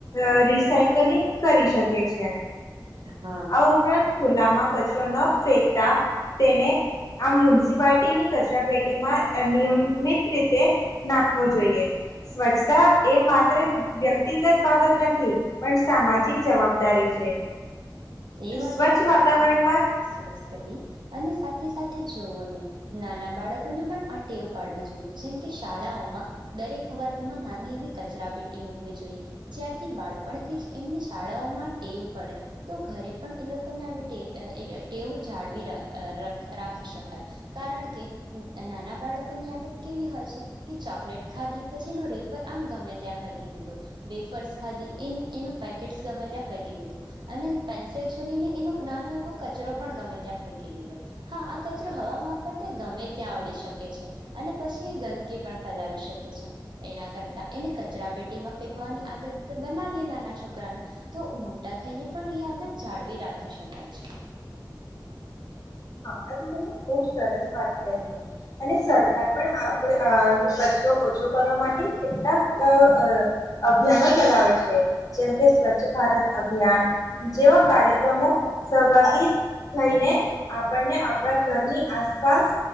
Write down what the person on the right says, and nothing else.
હા
એ વાત
તો તમે
<inaudible> સરસ કહી. અને સાથે સાથે જોઓને નાના બાળકોને પણ આ ટેવ પાડવી જોઈએ. જેમકે શાળાઓમાં દરેક વર્ગમાં નાની એવી કચરા પેટી મૂકવી જોઈએ. જ્યારથી બાળપણથી જ એમને શાળાઓમાં ટેવ પડે તો ઘરે પણ એ લોકોને આવીટે ટેવ જાળવી રાઅર રાખી શકાય કારણ કે નાના બાળકોની આદત કેવી હોય છે કે ચોકલેટ ખાધી પછી એનો રેપર આમ ગમે ત્યાં ફેંકી દીધું, વેફર્સ ખાધી એમ એનું પેકેટસ ગમે ત્યાં ફેંકી દીધું અને પેન્સિલ છોલીને એનો નાનો એવો કચરો પણ ગમે ત્યાં ફેકી દીધો હા આ કચરો હવા મારફતે ગમે ત્યાં આવડી શકે છે અને પછી ગંદકી પણ ફેલાવી શકે છે. એના કરતા એને કચરા પેટીમાં ફેંકવાની આદત બનાવીએ નાના છોકરાને તો મોટા થઈને પણ એ આદત જાળવી રાખી શકાય છે.